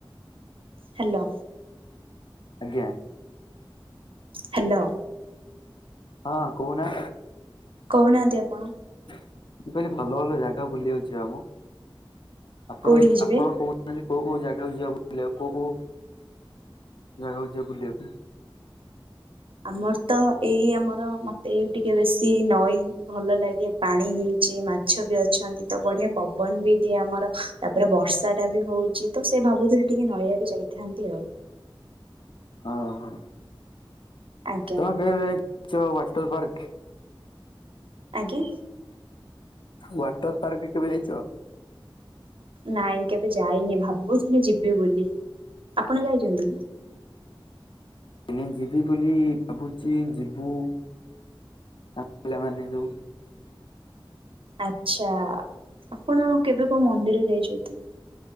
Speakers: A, on the right; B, on the left.
A: ହ୍ୟାଲୋ।
B: ଆଜ୍ଞା।
A: ହ୍ୟାଲୋ।
B: ହଁ କହୁନା।
A: କହୁନାହାନ୍ତି ଆପଣ?
B: ମୁଁ କହିଲି ଭଲ ଭଲ ଜାଗା ବୁଲିବାକୁ ଯିବା ମ ଆପଣ
A: କୋଉଠିକି ଯିବେ?
B: ଆପଣ କ ମାନେ କୋଉ କୋଉ ଜାଗାକୁ ଯିବା ବୁଲିବାକୁ କୋଉ କୋଉ ଜାଗାକୁ ଯିବା ବୁଲିବାକୁ।
A: ଆମର ତ ଏଇ ଆମର ମତେ ଟିକେ ବେଶୀ ନଈ ଭଲ ଲାଗେ ପାଣି ହେଇଛି ମାଛ ବି ଅଛନ୍ତି ତ ବଢିଆ ପବନ ବି ଦିଏ ଆମର। ତାପରେ ବର୍ଷା ଟା ବି ହୋଉଚି ତ ସେ ଭାବୁଥିଲେ ଟିକେ ନଈଆଡେ ଯାଇଥାନ୍ତି ଆଉ।
B: ଅହଁ।
A: ଆଜ୍ଞା।
B: ବେ ସେ ୱାଟର ପାର୍କେ।
A: ଆଜ୍ଞା।
B: ୱାଟର ପାର୍କ କେବେ ଯାଇଚ?
A: ନାଇଁ କେବେ ଯାଇନି ଭାବୁଚି ମୁଁ ଯିବି ବୋଲି। ଆପଣ ଯାଇଚନ୍ତି?
B: ଉଁ ହୁଁ। ଏ ନା ଯିବି ବୋଲି ଭାବୁଚି ଯିବି ସାଙ୍ଗ ମାନେ ଯୋଉ
A: ଆଚ୍ଛା ଆପଣ କେବେ କୋଉ ମନ୍ଦିର ଯାଇଚନ୍ତି?